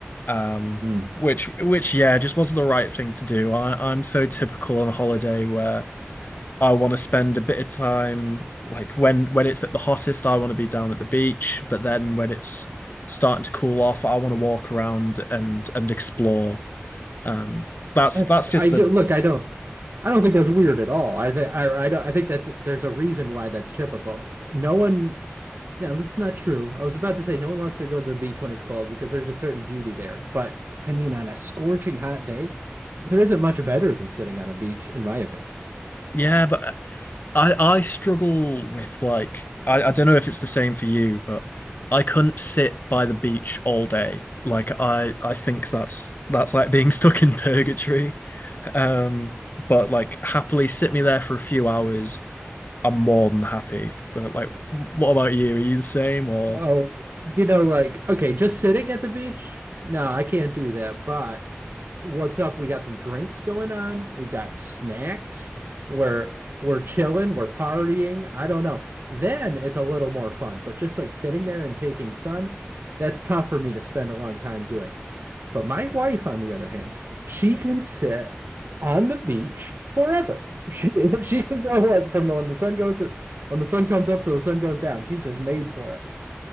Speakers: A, on the left; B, on the right.
A: Um,
B: Mm.
A: which which yeah, just wasn't the right thing to do. I I'm so typical on a holiday where. I want to spend a bit of time like when when it's at the hottest, I want to be down at the beach, but then when it's starting to cool off, I want to walk around and and explore. Um that's
B: I,
A: that's just
B: I do
A: the
B: look. I don't. I don't think that's weird at all. I think I, I don't. I think that's there's a reason why that's typical. No one Now, that's not true. I was about to say no one wants to go to the beach when it's cold because there's a certain beauty there. But I mean, on a scorching hot day, there isn't much better than sitting on a beach, in my opinion.
A: yeah, but I I struggle with like I I don't know if it's the same for you, but I couldn't sit by the beach all day. Like I I think that's that's like being <laughs> stuck in purgatory. Um but like happily sit me there for a few hours I'm more than happy. But, Like, what about you? Are you the same or
B: Oh, you know, like, okay, just sitting at the beach? No, I can't do that. But what's up? We got some drinks going on. We got snacks. We're we're chilling, we're partying. I don't know. Then it's a little more fun. But just like sitting there and taking sun, that's tough for me to spend a long time doing. But my wife, on the other hand, she can sit on the beach forever. She <laughs> she can go on from the when the sun goes when the sun comes up to the sun goes down. She's just made for it.